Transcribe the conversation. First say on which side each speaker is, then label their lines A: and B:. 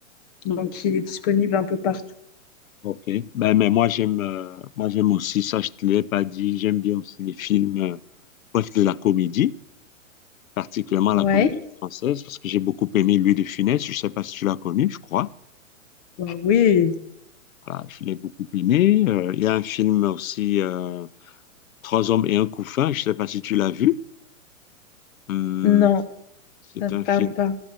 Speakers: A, on the left; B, on the left.
A: Donc, il est disponible un peu partout.
B: Ok. Ben, mais moi, j'aime euh, moi, j'aime aussi, ça, je te l'ai pas dit, j'aime bien aussi les films, euh, bref, de la comédie, particulièrement
A: Ouais.
B: la comédie française, parce que j'ai beaucoup aimé Louis de Funès. Je sais pas si tu l'as connu, je crois.
A: Bah oui.
B: Voilà, je l'ai beaucoup aimé. Euh, Il y a un film aussi, euh, Trois hommes et un couffin, je sais pas si tu l'as vu. Hum,
A: Non,
B: c'est
A: ça
B: un
A: me parle
B: film.
A: pas.